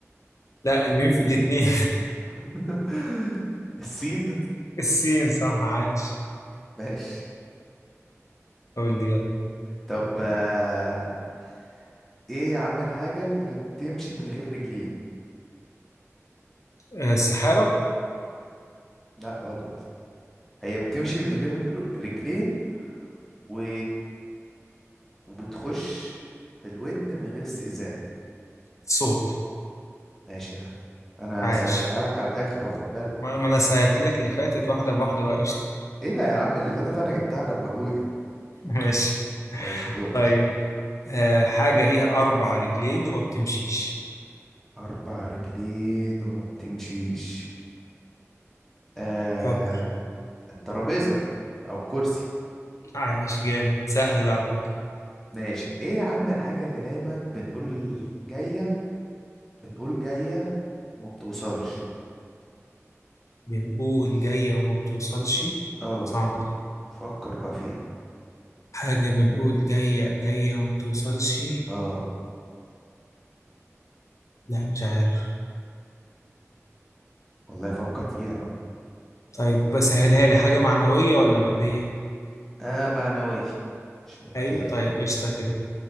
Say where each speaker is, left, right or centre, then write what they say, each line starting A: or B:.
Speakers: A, on the left; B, in the centre.
A: لا الميم في الاتنين
B: <laughs> السين
A: <laughs> السين صح عاش
B: ماشي
A: قول لي يلا
B: طب آه، ايه يا عم الحاجة اللي بتمشي من غير رجلين
A: آه، السحابة
B: لا غلط هي بتمشي من غير رجلين و... وبتخش في الودن من غير استئذان
A: صوت
B: ماشي يا عم انا
A: عاش
B: سألتها لك على الاخر اهو خد بالك
A: ما ما انا سهلت لك اللي فاتت واحده بواحده بقى قشطه
B: ايه ده يا عم اللي فاتت انا جبتها انا بمجهودي
A: <laughs> ماشي
B: ماشي دورك
A: طيب آه حاجه ليها اربع رجلين وما بتمشيش
B: اربع رجلين وما بتمشيش آه...
A: فكر
B: الترابيزة او الكرسي
A: عايش جامد سهل ده على فكره
B: ماشي ايه يا عم الحاجة اللي دايما بنقول جاية بنقول جاية وما بتوصلش
A: بنقول جايه وما بتوصلش
B: اه
A: صعبه دي
B: فكر بقى فيها
A: حاجه بنقول جايه جايه وما بتوصلش
B: اه
A: لا مش عارف
B: والله فكر فيها بقى
A: طيب بسهلها لي حاجه معنويه ولا ماديه
B: اه معنوية مش مادية
A: ايوه طيب قشطه كده